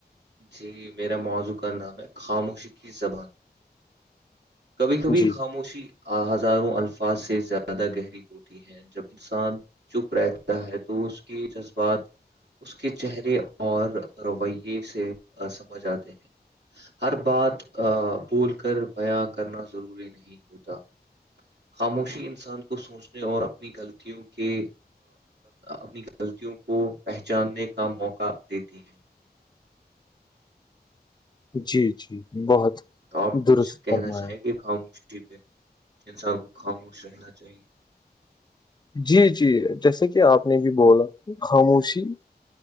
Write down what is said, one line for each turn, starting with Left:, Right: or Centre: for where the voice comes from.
Right: جی میرا موضوع کا نام ہے خاموشی کی زبان کبھی کبھی
Left: جی
Right: خاموشی ہزاروں الفاظ سے زیادہ گہری ہوتی ہیں جب انسان چپ رہتا ہے تو اس کے جذبات اس کے چہرے اور رویے سے سمجھ آتے ہیں ہر بات بھول کر بیاں کرنا ضروری نہیں ہوتا خاموشی انسان کو سوچنے اور اپنی غلطیوں کے اپنی غلطیوں کو پہچاننے کا موقع دیتی ہیں
Left: جی جی بہت
Right: تو آپ کچھ
Left: درست
Right: کہنا
Left: فرمایا
Right: چاہیں گے خاموشی پہ انسان کو خاموش رہنا چاہیے
Left: جی جی جیسے کہ آپ نے بھی بولا خاموشی